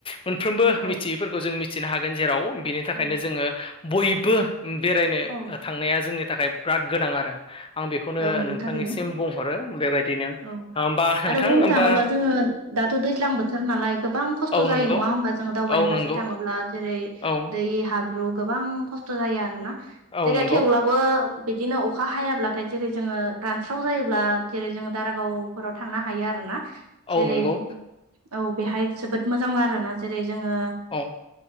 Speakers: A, on the left; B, on the right.
A: मोनफ्रोमबो
B: औ
A: मिथियैफोरखौ जों मि थिनो हागोन जेराव बिनि थाखायनो
B: औ
A: जोंङो बयबो बेरायनो
B: औ
A: ओ थांनाया जोंनि थाखाय ब्राद गोनां आरो। आं बेखौनो
B: नंगौ
A: नोंथांनिसिम
B: थारैनो
A: बुंहरो बेबायदिनो
B: औ
A: ओमबा नोंथां
B: आरो बुंनो
A: ओमबा
B: थाङोब्ला जोङो दाथ' दैज्लां बोथोर नालाय गोबां खस्थ' जायो
A: नंगौ
B: नङा होमबा जोंङो दावबायनाय
A: औ नंगौ
B: फारसे थाङोब्ला। जेरै
A: औ
B: दैै हाब्रु गोबां खस्थ' जायो आरोना।
A: औ
B: जेरै
A: नंगौ
B: थेवब्लाबो बिदिनो अखा हायाब्ला थाय जेरै जोंङो रानस्राव जायोब्ला जेरै जोंङो दारागावफोराव थांनो हायो आरो ना।
A: औ
B: जेरै
A: नंगौ
B: औ बेहाय जोबोद मोजां आरोना। जेरै जोंङो
A: औ।